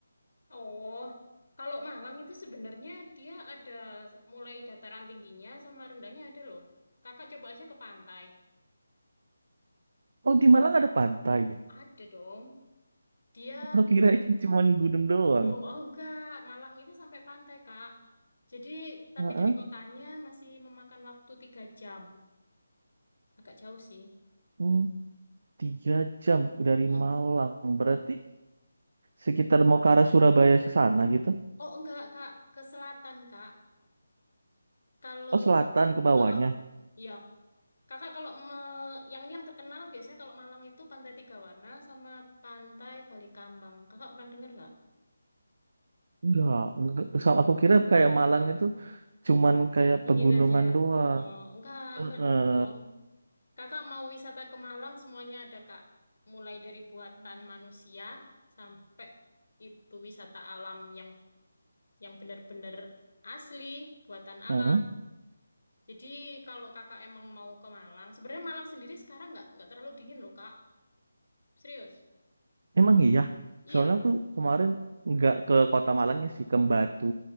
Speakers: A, on the left; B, on the right.
A: Oh, kalau Malang itu sebenarnya dia ada mulai dataran tingginya sama rendahnya ada loh. Kakak coba aja ke pantai.
B: Oh, di
A: Malang
B: Malang ada pantai.
A: Ada dong. Dia
B: Oh, kirain cuman gunung doang.
A: gunung. Oh enggak, Malang itu sampai pantai, Kak. Jadi, tapi
B: Heeh.
A: dari kotanya masih memakan waktu tiga jam. Agak jauh sih.
B: Hmm, tiga jam dari
A: Mm-mm.
B: Malang. Berarti sekitar mau ke arah Surabaya ke sana gitu.
A: Oh enggak kak, ke selatan kak. Kalau
B: Oh, selatan ke bawahnya.
A: Heeh, iya. Kakak kalau me- yang ini yang terkenal biasanya kalau Malang itu Pantai Tiga Warna sama Pantai Balikambang. Kakak pernah dengar nggak?
B: Enggak, enggak. So- Aku kira kayak Malang itu cuman kayak
A: Dingin
B: pegunungan
A: aja.
B: doang.
A: No, enggak,
B: Heeh.
A: enggak dong. Kakak mau wisata ke Malang semuanya ada kak. Mulai dari buatan manusia sampai itu wisata alam yang yang benar-benar asli buatan
B: Heeh.
A: alam. Jadi kalau kakak emang mau ke Malang, sebenarnya Malang sendiri sekarang nggak nggak terlalu dingin loh kak, serius.
B: Emang iya.
A: Iya,
B: Soalnya aku kemarin nggak ke kota Malangnya sih, ke Batu.